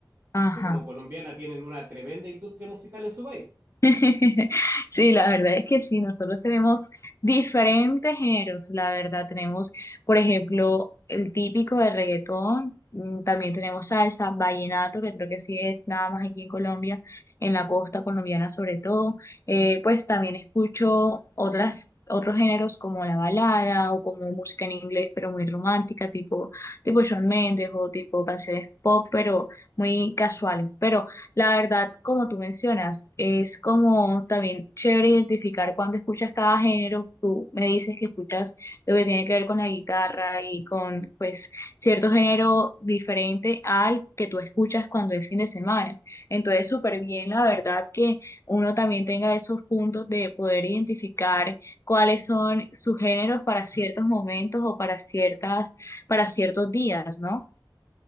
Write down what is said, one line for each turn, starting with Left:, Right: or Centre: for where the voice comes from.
Left: Ajá.
Right: Tú como colombiana tienen una tremenda industria musical en su país.
Left: <laughs> Sí, la verdad es que sí, nosotros tenemos diferentes géneros, la verdad tenemos, por ejemplo, el típico de reggaetón, mm, también tenemos salsa, vallenato, que creo que sí es nada más aquí en Colombia, en la costa colombiana sobre todo, Eh, pues también escucho otras, otros géneros como la balada o como música en inglés, pero muy romántica, tipo, tipo Shawn Mendes o tipo canciones pop, pero muy casuales, pero... La verdad, como tú mencionas, es como también chévere identificar cuando escuchas cada género. Tú me dices que escuchas lo que tiene que ver con la guitarra y con pues cierto género diferente al que tú escuchas cuando es fin de semana. Entonces, súper bien, la verdad, que uno también tenga esos puntos de poder identificar cuáles son sus géneros para ciertos momentos o para ciertas, para ciertos días, ¿no?